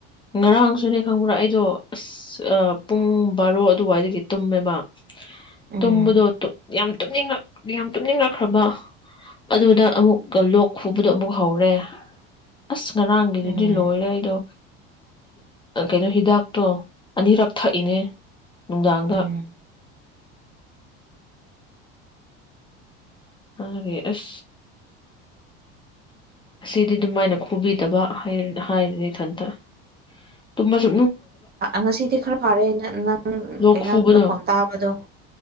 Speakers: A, on the left; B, on the right.
A: ꯉꯔꯥꯡꯁꯨꯅꯦ ꯈꯪꯕ꯭ꯔꯥ ꯑꯩꯗꯣ ꯑꯁ ꯄꯨꯡ ꯕꯥꯔꯣ ꯑꯗꯨꯋꯥꯏꯗꯒꯤ ꯇꯨꯝꯃꯦꯕ
B: ꯎꯝ
A: ꯇꯨꯝꯝꯕꯗꯣꯠꯇ ꯌꯥꯝ ꯇꯨꯝꯅꯤꯡꯉꯛ ꯌꯥꯝ ꯇꯨꯝꯅꯤꯡꯉꯛꯈ꯭ꯔꯕ ꯑꯗꯨꯗ ꯑꯃꯨꯛꯀ ꯂꯣꯛ ꯈꯨꯕꯗꯣ ꯑꯃꯨꯛ ꯍꯧꯔꯦ ꯑꯁ ꯉꯔꯥꯡꯒꯤꯗꯨꯗꯤ
B: ꯎꯝ
A: ꯂꯣꯏꯔꯦ ꯑꯩꯗꯣ ꯀꯩꯅꯣ ꯍꯤꯗꯥꯛꯇꯣ ꯑꯅꯤꯔꯛ ꯊꯛꯏꯅꯦ ꯅꯨꯡꯗꯥꯡꯗ
B: ꯎꯝ
A: ꯑꯦ ꯑꯁ ꯑꯁꯤꯗꯤ ꯑꯗꯨꯃꯥꯏꯅ ꯈꯨꯕꯤꯗꯕ ꯍꯥꯏꯔꯤꯅꯤ ꯏꯊꯟꯇ ꯇꯨꯝꯕꯁꯨ
B: ꯉꯁꯤꯗꯤ ꯈꯔ ꯐꯔꯦ ꯅꯪ
A: ꯂꯣꯛ
B: ꯀꯩꯅꯣꯅ
A: ꯈꯨꯕꯗꯣ
B: ꯐꯣꯟ ꯇꯥꯕꯗꯣ